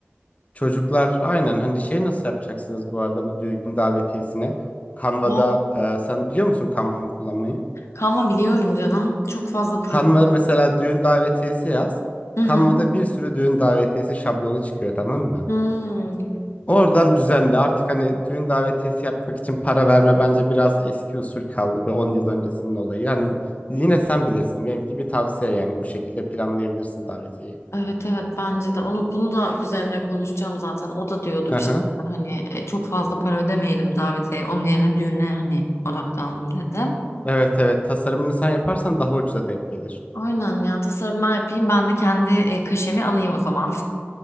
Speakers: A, on the left; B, on the left.
A: Çocuklar aynen hani şey nasıl yapacaksınız bu arada bu düğün davetiyesini? Canva'da
B: Ya.
A: e, sen biliyor musun Canva kullanmayı?
B: Kalma biliyorum canım çok fazla proje.
A: Canva mesela düğün davetiyesi yaz.
B: Hı hı.
A: Canva'da bir sürü düğün davetiyesi şablonu çıkıyor tamam mı?
B: Hmm.
A: Oradan düzenle artık hani düğün davetiyesi yapmak için para verme bence biraz eski usul kaldı bir 10 yıl öncesinin olayı. Hani yine sen bilirsin benimki bir tavsiye yani bu şekilde planlayabilirsin davetiyeyi.
B: Evet evet bence de onu bunu da kuzenimle konuşacağım zaten o da diyordu
A: Hı
B: bir
A: hı.
B: şeyler hani e, çok fazla para ödemeyelim davete onun yerine düğüne hani odaklanalım dedi.
A: Evet evet tasarımını sen yaparsan daha ucuza denk gelir.
B: Aynen ya tasarım ben yapayım ben de kendi e, kaşemi alayım o zaman.